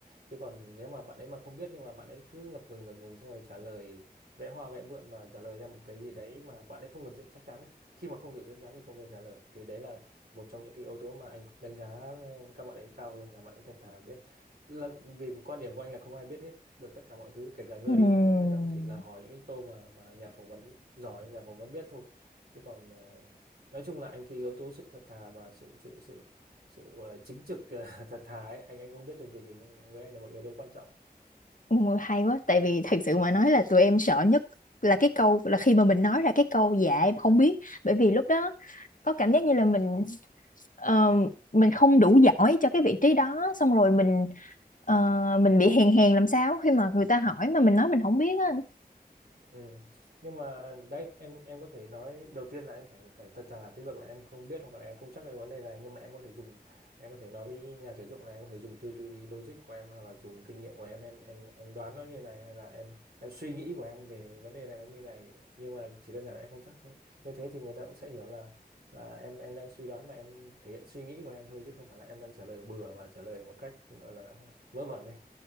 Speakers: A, on the right (about 70°); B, on the left (about 55°).
A: chứ còn nếu mà bạn ấy mà không biết nhưng mà bạn ấy cứ ngập ngừng ngập ngừng xong rồi trả lời vẽ hoa vẽ vượn và trả lời ra một cái gì đấy mà bạn ấy không thực sự chắc chắn ấy khi mà không thực sự chắc chắn thì không nên trả lời thì đấy là một trong những cái yếu tố mà anh cũng đánh giá ờ, các bạn ấy cao hơn là bạn ấy thật thà biết là vì quan điểm của anh là không ai biết hết được tất cả mọi thứ kể cả người
B: Ừm,
A: đi phỏng vấn người ta cũng chỉ là hỏi những cái câu mà mà nhà phỏng vấn giỏi nhà phỏng vấn biết thôi chứ còn ờ, nói chung là anh cái yếu tố sự thật thà và sự sự sự sự gọi là chính trực <laughs> thật thà ấy anh anh không biết dùng từ gì nhưng với anh là một yếu tố quan trọng
B: ôi, hay quá tại vì thật sự mà nói là tụi em sợ nhất là cái câu là khi mà mình nói ra cái câu dạ em không biết bởi vì lúc đó có cảm giác như là mình ờ, mình không đủ giỏi cho cái vị trí đó xong rồi mình ờ, mình bị hèn hèn làm sao khi mà người ta hỏi mà mình nói mình không biết á
A: Ừ. Nhưng mà đấy em em có thể nói đầu tiên là em phải phải thật thà cái việc là em không biết hoặc là em không chắc cái vấn đề này nhưng mà em có thể dùng em có thể nói với nhà tuyển dụng là em có thể dùng tư duy logic của em hoặc là dùng kinh nghiệm của em em em em đoán nó như này hay là em em suy nghĩ của em về vấn đề này nó như này nhưng mà chỉ đơn giản là em không chắc thôi như thế thì người ta cũng sẽ hiểu là là em em đang suy đoán và em thể hiện suy nghĩ của em thôi chứ không phải là em đang trả lời bừa và trả lời một cách gọi là vớ vẩn đấy